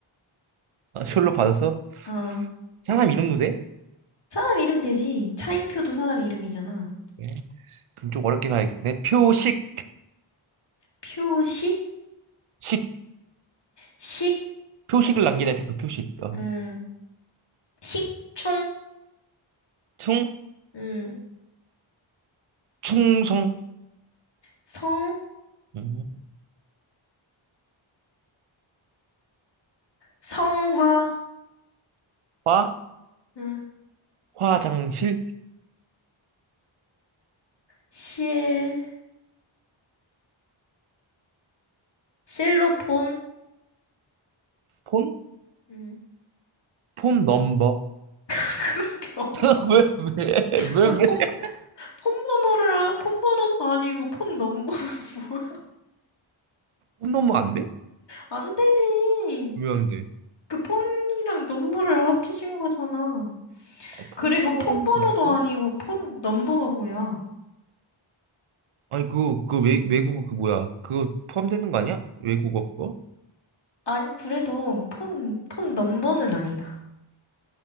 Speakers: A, on the right; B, on the left.
A: 아, 셜로 받아서?
B: 어,
A: 사람 이름도 돼?
B: 사람 이름 되지. 차인표도 사람 이름이잖아.
A: 예. 그럼 좀 어렵게 가야겠네. 표식,
B: 표식,
A: 식,
B: 식,
A: 표식을 남기다 할때그 표식. 어.
B: 음, 식충,
A: 충,
B: 음,
A: 충성,
B: 성,
A: 음.
B: 성화,
A: 화,
B: 음,
A: 화장실,
B: 실, 실로폰.
A: 폰,
B: 음.
A: 폰 넘버.
B: <laughs> 그런 게 없.
A: <laughs> 왜, 왜, 왜,
B: 그럼 폰,
A: 왜?
B: 폰 번호를, 폰 번호도 아니고 폰 넘버는 <laughs> 뭘?
A: 폰 넘버 안 돼?
B: 안 되지.
A: 왜 안 돼?
B: 그 폰이랑 넘버를 맞춰준 거잖아.
A: 아, 폰
B: 그리고
A: 넘버라는
B: 폰 번호도
A: 게 있어?
B: 아니고 폰 넘버가 뭐야?
A: 아니, 그, 그 외, 외국어 그 뭐야? 그거 포함되는 거 아니야? 외국어 그거?
B: 아니, 그래도 폰, 폰 넘버는 아니다.